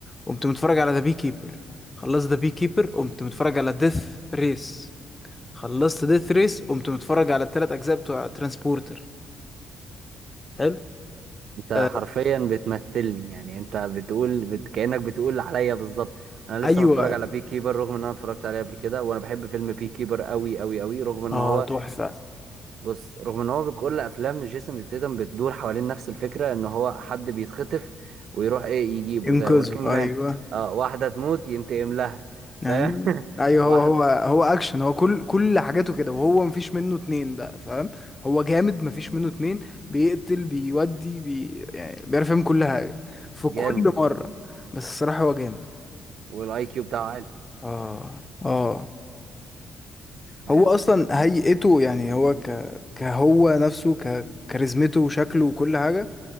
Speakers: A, on the left; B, on the right.
A: قمت متفرج على ذا بي كيبر خلصت ذا بي كيبر قمت متفرج على ديث ريس خلصت ديث ريس قمت متفرج على الثلاث اجزاء بتوع ترانسبورتر حلو
B: انت
A: آه
B: حرفيا بتمثلني يعني انت بتقول بت... كأنك بتقول عليا بالظبط انا لسه
A: ايوه
B: متفرج على بي كيبر رغم ان انا اتفرجت عليه قبل كده وانا بحب فيلم بي كيبر قوي قوي قوي رغم ان
A: اه
B: هو
A: تحفه
B: بص رغم ان هو كل افلام جيسون ستيتم بتدور حوالين نفس الفكره ان هو حد بيتخطف ويروح ايه يجيبه
A: انقذه
B: زي وركينج مان
A: ايوه
B: اه واحده تموت ينتقم لها
A: ايوه
B: فاهم <laughs>
A: ايوه
B: واحده
A: هو هو هو اكشن هو كل كل حاجاته كده وهو مفيش منه اتنين بقى فاهم هو جامد مفيش منه اتنين بيقتل بيودي بي يعني بيعرف يعمل كل حاجه في
B: جامد
A: كل مره بس الصراحه هو جامد
B: والاي كيو بتاعه عالي
A: اه اه
B: فاهم
A: هو اصلا هيئته يعني هو ك كهو نفسه ك كاريزمته وشكله وكل حاجه